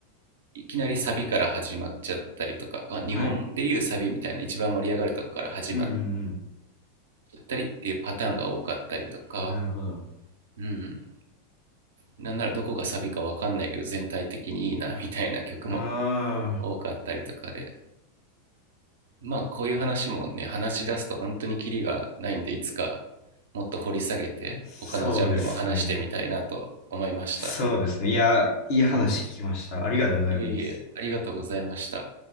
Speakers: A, on the right; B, on the left.
A: いきなりサビから始まっちゃったりとか、まあ、日本でいうサビみたいな一番盛り上がるとこから始まっ
B: はい。うんうん
A: ちゃったりっていうパターンが多かったりとか、
B: うん。なるほど。
A: うん。なんならどこがサビかわかんないけど全体的にいいなみたいな曲も
B: ああ、
A: 多かったりとかで、まあこういう話もね、話し出すと本当にキリがないんで、いつかもっと掘り下げて、
B: そうですね。
A: 他のジャンルも話してみたいなと思いました。
B: そうですね。いや、いい話聞きました。ありがとうございます。
A: いえいえ、ありがとうございました。